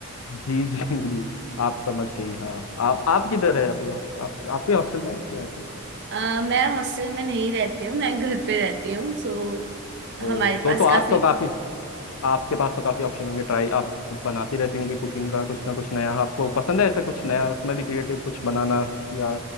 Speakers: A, on the left (about 75°); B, on the right (about 50°).
A: जी जी <laughs> जी आप समझ गई हाँ आप आप किधर है अभी हॉस्ट- आप आपके हॉस्टल में है या ऐसे
B: अ, मैं हॉस्टल में नहीं रहती हूँ मैं घर पे रहती हूँ सो हमारे
A: ओ तो
B: पास
A: तो आप
B: काफी
A: तो काफी आपके पास तो काफी ऑप्शन होंगे ट्राई आप बनाती रहती होंगी कुकिंग का कुछ ना कुछ नया आपको पसंद है ऐसा कुछ नया उसमें भी क्रिएटिव कुछ बनाना या